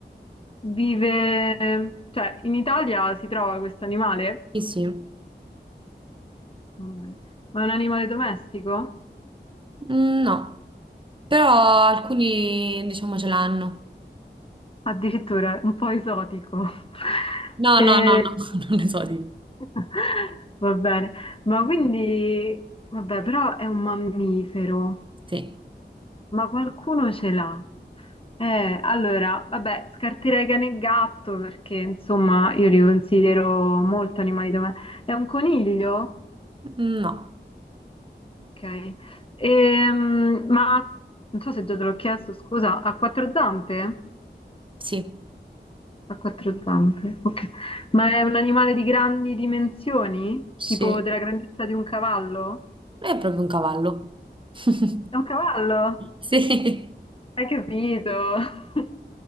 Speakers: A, on the left (about 30°); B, on the right (about 30°).
A: vive, cioè in Italia si trova questo animale,
B: Sì, sì.
A: Va bene. ma è un animale domestico?
B: Mm, No. Però alcuni, diciamo, ce l'hanno.
A: Addirittura un po' esotico. <laughs>
B: No,
A: E-
B: no, no, no, <laughs> non ne so di.
A: <laughs> Va bene, ma quindi, vabbè, però è un mammifero.
B: Sì.
A: Ma qualcuno ce l'ha. Eh, allora, vabbè, scarterei cane e gatto perché insomma io li considero molto animali domestici. È un coniglio?
B: No.
A: Ok. Ehm, ma non so se già te l'ho chiesto, scusa, ha quattro zampe?
B: Sì.
A: Ha quattro zampe, ok. Ma è un animale di grandi dimensioni?
B: Sì.
A: Tipo della grandezza di un cavallo?
B: È proprio un cavallo. <laughs>
A: È un cavallo?
B: Sì.
A: Hai capito? <laughs>